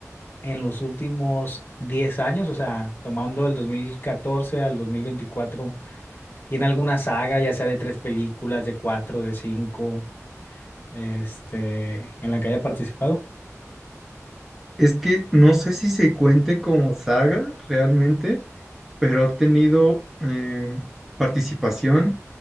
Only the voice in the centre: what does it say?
Es que no sé si se cuente como saga realmente, pero ha tenido eh, participación